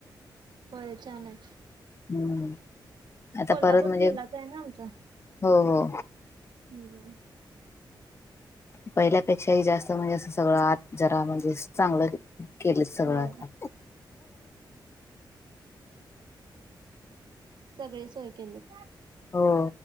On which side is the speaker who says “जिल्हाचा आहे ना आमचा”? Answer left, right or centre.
Right